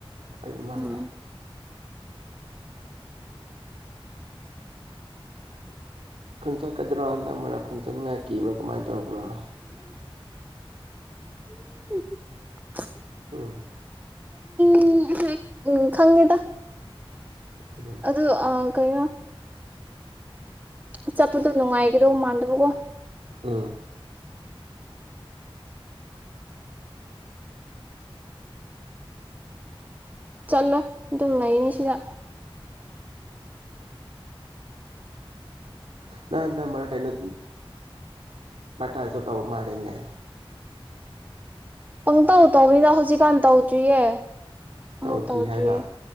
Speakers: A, on the right; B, on the right.
A: ꯑꯩ ꯏꯃꯥꯅ‌ꯦ
B: ꯎꯝ
A: ꯈꯨꯟꯆꯠꯀꯗ꯭ꯔꯣ ꯍꯟꯗꯛ ꯃꯔꯛ ꯈꯨꯟꯖꯅꯤꯡꯉꯥꯏ ꯀꯤꯕ꯭ꯔꯥ ꯀꯃꯥꯏꯅ ꯇꯧꯕ ꯄꯨꯔꯥ
B: <unintelligible>
A: ꯑ
B: ꯎꯝ ꯎꯝ ꯈꯪꯉꯦꯗ
A: ꯎꯝ
B: ꯑꯗ ꯑ ꯀꯌꯥ ꯆꯠꯄꯗꯣ ꯅꯨꯡꯉꯥꯏꯒꯗꯧ ꯃꯥꯟꯗꯕꯀꯣ
A: ꯎ
B: ꯆꯠꯂꯣ ꯑꯗꯨꯝ ꯂꯩꯅꯤ ꯁꯤꯗ
A: ꯅꯪꯟꯗ ꯃꯔꯛ ꯀꯩꯅꯣ ꯃꯇꯥꯡꯁꯨ ꯇꯧꯕ ꯃꯥꯜꯂꯤꯦꯅꯦ
B: ꯄꯪ ꯇꯧ ꯇꯧꯅꯤꯗ ꯍꯧꯖꯤꯛꯀꯥꯟ ꯇꯧꯁꯨꯨꯌꯦ ꯑꯃꯨꯛ
A: ꯇꯧꯗ꯭ꯔꯤ
B: ꯇꯧꯗ꯭ꯔꯤꯌꯦ
A: ꯍꯥꯏꯕ